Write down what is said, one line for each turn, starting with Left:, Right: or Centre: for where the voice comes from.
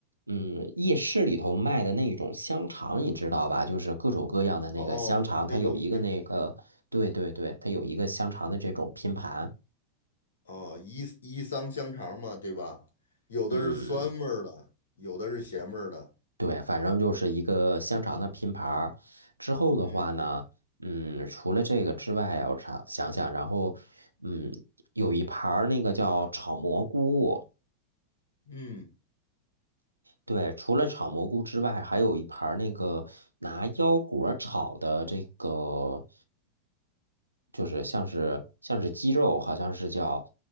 Right: 嗯，夜市里头卖的那种香肠，你知道吧？就是各种各样的那个香肠，
Left: 哦哦，那种就
Right: 它有一个那个，对对对，它有一个香肠的这种拼盘。
Left: 哦伊伊桑香肠嘛，对吧？有的是酸味儿的，
Right: 嗯，
Left: 有的是咸味儿的，
Right: 对，反正就是一个香肠的拼盘儿之后的话呢，
Left: 嗯
Right: 嗯，除了这个之外啊，我想想想，然后，嗯，有一盘儿那个叫炒蘑菇。
Left: 嗯，
Right: 对，除了炒蘑菇之外，还有一盘儿那个拿腰果儿炒的这个，就是像是像是鸡肉，好像是叫